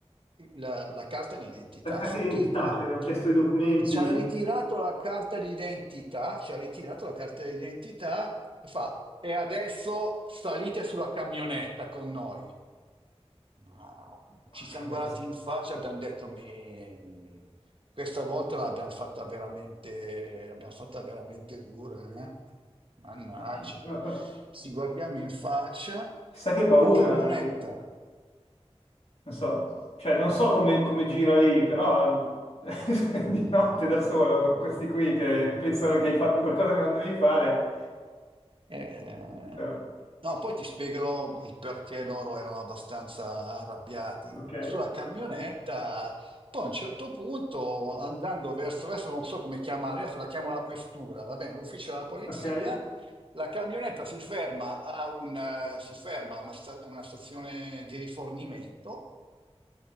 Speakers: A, on the right; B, on the left.
A: la- la carta di identità
B: La casa
A: saudita.
B: d'identità, cioè abbiamo chiesto i documenti.
A: Ci ha ritirato la carta di identità, ci ha ritirato la carta di identità. e fa: e adesso salite sulla camionetta con noi. No,
B: Porca
A: ci siamo guardati
B: bestia,
A: in faccia e abbiamo detto, "Me, questa volta l'abbiamo fatta veramente, l'abbiamo fatta veramente dura, eh? Mannaggia.
B: ma che- ma- ma-
A: Ci guardiamo in faccia,
B: chissà che paura.
A: la camionetta
B: Non so, cioè non so come, come gira lì, però <laughs> di notte da solo, con questi qui che pensano che hai fatto qualcosa che non dovevi fare.
A: Eh,
B: Eh,
A: no, poi ti spiegherò il perché loro erano abbastanza arrabbiati.
B: Ok,
A: Sulla camionetta, poi a un certo punto, andando verso, adesso non so come chiamare, adesso la chiamo la questura, va bene, l'ufficio della polizia,
B: ok.
A: la camionetta si ferma a, un, eh, si ferma a una sta- a una stazione di rifornimento